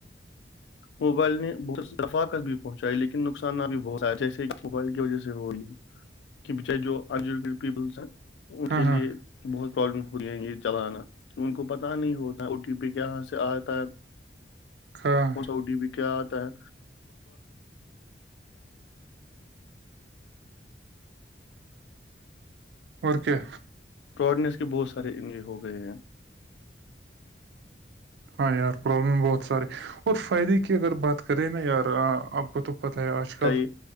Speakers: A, on the left; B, on the right.
A: موبائل نے بہت فائدے بھی پہنچائی لیکن نقصانات بھی بہت جیسے موبائل کی وجہ سے ہوی کہ بچارے جو آ پیپلس ہیں ان
B: ہاں
A: کے لیے
B: ہاں
A: بہت پرابلم ہوتا ہے یہ چلانا ان کو پتا نہیں ہوتا او ٹی پی کہ یہاں سے آتا ہے
B: ہاں
A: اور ٹی پی کیا آتا ہے
B: اور کیا
A: فراڈنیس کے بہت سارے ان ہو گئے ہیں
B: ہاں یار پرابلم بہت سارے اور فائدے کی اگر بات کریں نا یار آپ کو تو پتا ہے آج
A: بتائیے
B: کل